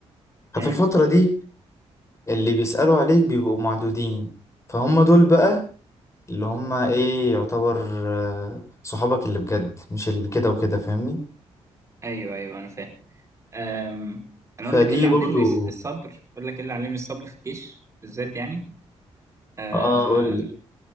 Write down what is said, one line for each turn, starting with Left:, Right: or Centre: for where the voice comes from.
Left: ففي
Right: أيوه
Left: الفترة دي اللي بيسألوا عليك بيبقوا معدودين فهم دول بقى اللي هم ايه يعتبر آه، صحابك اللي بجد مش اللي كده وكده فاهمني
Right: ايوه ايوه انا فاهم أم، انا
Left: فدي
Right: اقول لك ايه اللي علمني
Left: برضو
Right: الس- الصبر اقول لك ايه اللي علمني الصبر في الجيش بالذات يعني أه
Left: اه قول لي